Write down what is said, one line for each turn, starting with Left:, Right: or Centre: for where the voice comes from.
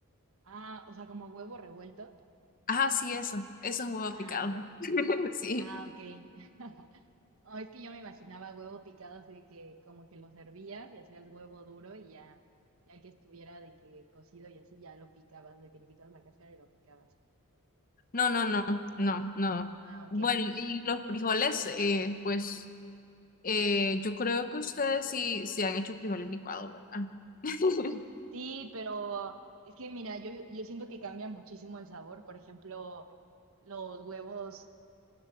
Right: Ah, o sea, como huevo revuelto.
Left: Ajá, sí, eso, eso es un huevo
Right: Ah,
Left: picado.
Right: ya.
Left: <laughs> Sí.
Right: Ah, ok. <laughs> Oh, es que yo me imaginaba huevo picado así de que como que lo servías y hacías huevo duro y ya, ya que estuviera de que cocido y así ya lo picabas, de que le quitabas la cáscara y lo picabas.
Left: No, no, no, no, no.
Right: Ah, ok.
Left: Bueno, y los frijoles, eh, pues eh, yo creo que ustedes sí, sí han hecho frijoles licuados, ¿verdad? <laughs>
Right: Sí, pero es que mira, yo, yo siento que cambia muchísimo el sabor. Por ejemplo, los huevos,